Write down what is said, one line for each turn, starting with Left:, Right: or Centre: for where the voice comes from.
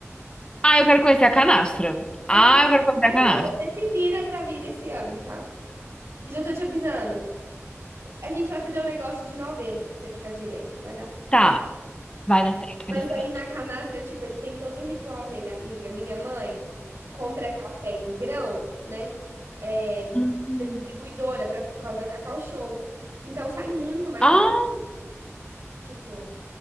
Left: Ah, eu quero conhecer a canastra.
Right: Você
Left: Ah,
Right: tem
Left: eu quero conhecer
Right: Aqui,
Left: a canastra.
Right: ó, você se vira pra vir esse ano, tá? E já tô te avisando. A gente vai fazer o negócio de novembro, de você ficar direto. Vai dar certo.
Left: Tá, vai dar certo,
Right: Mas
Left: vai dar
Right: aí
Left: certo.
Right: na canastra, tipo, ele tem todo o ritual dele, amiga. Minha mãe compra café em grão, né? É, da
Left: Hum.
Right: distribuidora pra, por causa da Cacau Show. Então sai muito mais
Left: Ah,
Right: barato, tipo,